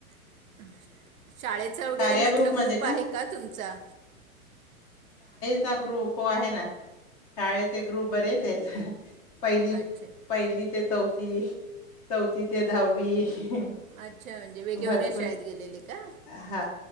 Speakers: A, on the right (about 70°); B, on the left (about 25°).
A: <inaudible> शाळेचा वगैरे
B: कार्या
A: म्हटलं
B: ग्रुपमध्ये
A: ग्रुप आहे का तुमचा?
B: चा ग्रुप हो.. आहे ना. शाळेचे ग्रुप बरेच आहेत ह.. ह.. पहिलीत
A: अच्छा
B: पहिलीत ते चौथी. चौथी ते दहावी हि. ह.
A: अच्छा म्हणजे वेगवेगळ्या
B: ह भरपूर.
A: शाळेत गेलेले का
B: हा